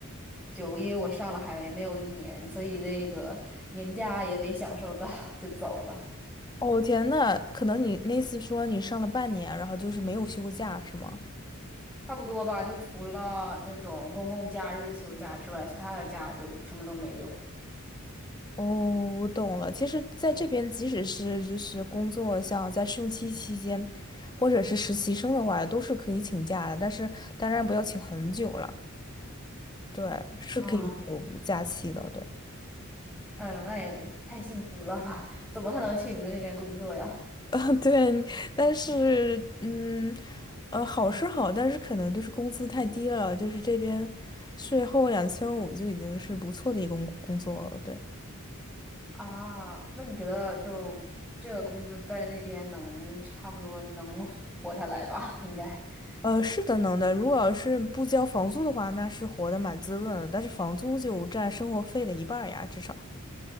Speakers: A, in the centre; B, on the left.
A: 就因为我上了还没有一年，所以那个年假也没享受到，就走了。
B: 哦天呐，可能你那次说你上了半年，然后就是没有休过假，是吗？
A: 差不多吧，就除了那种公共假日休假之外，其他的假就什么都没有。
B: 哦，我懂了。其实，在这边，即使是就是工作，像在试用期期间，或者是实习生的话，都是可以请假的。但是，当然不要请很久了。对，是可以有假期的。
A: 啊，
B: 对，
A: 嗯，那也太幸福了吧？<laughs> 怎么还能去你们那边工作呀？
B: <laughs> 对。但是，嗯，呃，好是好，但是可能就是工资太低了。就是这边税后两千五就已经是不错的一个工工作了。对。
A: 啊，那你觉得就这个工资在那边能差不多能活下来吧？应该。<laughs>
B: 呃，是的，能的。如果要是不交房租的话，那是活得蛮滋润的。但是房租就占生活费的一半儿呀，至少。